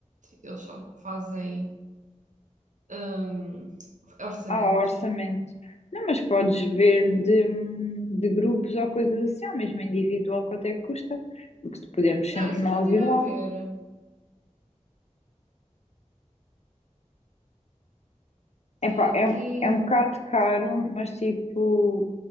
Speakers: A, on the right; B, on the left.
A: Eles só fazem hum, orçamentos.
B: há orçamento. Não, mas podes ver de, de grupos ou coisas assim, ou mesmo individual, quanto é que custa, porque podemos sempre
A: Não, isso
B: nós
A: eu já estive
B: ir
A: a
B: lá.
A: ver.
B: Epá,
A: Tem aqui.
B: é, é um bocado caro, mas tipo,